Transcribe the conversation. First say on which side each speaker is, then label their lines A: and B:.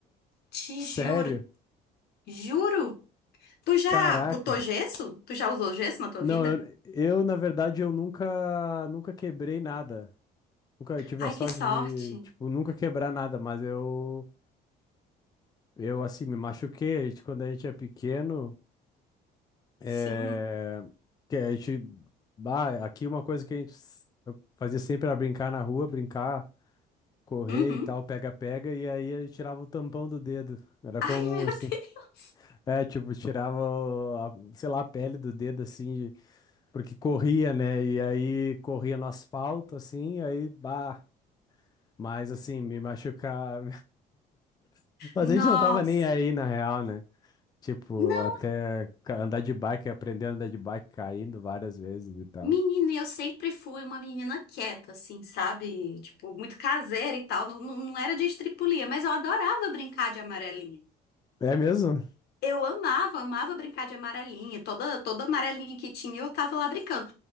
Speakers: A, on the left; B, on the left.
A: Te
B: Sério?
A: juro, juro. Tu já
B: Caraca.
A: botou gesso? Tu já usou gesso na tua
B: Não,
A: vida?
B: eu, eu na verdade eu nunca nunca quebrei nada. Nunca tive
A: Ai,
B: a sorte
A: que sorte.
B: de, tipo, nunca quebrar nada, mas eu eu assim me machuquei, a gente, quando a gente é pequeno, é,
A: Sim.
B: que a gente bah, aqui uma coisa que a gente s- fazia sempre era brincar na rua, brincar, correr
A: Uhum.
B: e tal, pega pega e aí eu tirava o tampão do dedo. Era
A: Ai,
B: comum
A: <laughs> meu
B: assim.
A: Deus.
B: É, tipo, tirava, o- a- sei lá, a pele do dedo assim, Porque corria, né? E aí corria no asfalto, assim, e aí, bah. Mas, assim, me machucar. <laughs> Mas
A: Nossa.
B: a gente não tava nem aí, na real, né? Tipo,
A: Não,
B: até ca- andar de bike, aprender a andar de bike caindo várias vezes e tal.
A: menino, e eu sempre fui uma menina quieta, assim, sabe? Tipo, muito caseira e tal. Não, não, não era de estripulia, mas eu adorava brincar de amarelinha.
B: É mesmo?
A: Eu amava, amava brincar de amarelinha. Toda, toda amarelinha que tinha, eu tava lá brincando.